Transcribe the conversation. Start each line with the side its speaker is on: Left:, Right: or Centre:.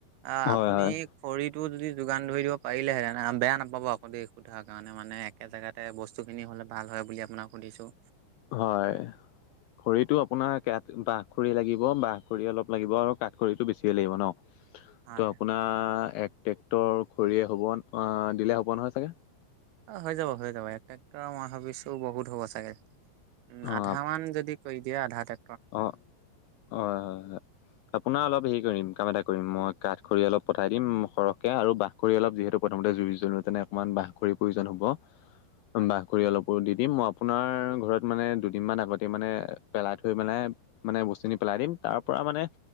Right: অ
Left: হয়
Right: আপুনি
Left: হয়
Right: খৰিটো যদি যোগান ধৰি দিব পাৰিলেহেঁতেন বেয়া নাপাব আ সোধাৰ কাৰণে মানে একে জেগাতে বস্তুখিনি হলে ভাল হয় বুলি আপোনাক সুধিছোঁ।
Left: হয় খৰিটো আপোনাৰ কে বাঁহ খৰি লাগিব বাঁহ খৰি অলপ লাগিব আৰু কাঠ খৰিটো বেছিয়ে লাগিব ন।
Right: হয়
Left: ত আপোনাৰ এক ট্ৰেক্টৰ খৰিয়ে হ'ব দিলে হ'ব নহয় চাগে?
Right: অ হৈ যাব হৈ যাব এক ট্ৰেক্টৰৰ মই ভাবিছোঁ বহুত হ'ব চাগে। উ
Left: অঁ
Right: আধা মান যদি কৰি দিয়া আধাতে
Left: অ হয় হয় আপোনাৰ অলপ হেৰি কৰিম কাম এটা কৰিম মই কাঠ খৰি অলপ পঠাই দিম সৰহকে আৰু বাহ খৰি অলপ যিহেতু প্ৰথমতে জুই জ্বলোঁতেনে অকণমান বাহ খৰি প্ৰয়োজন হ'ব।
Right: উ <inaudible>
Left: বাহ খৰি অলপো দি দিম মই আপোনাৰ ঘৰত মানে দুদিন মান আগতে মানে পেলাইথ থৈ মানে মানে বস্তুখিনি পেলাই দিম তাৰ পৰা মানে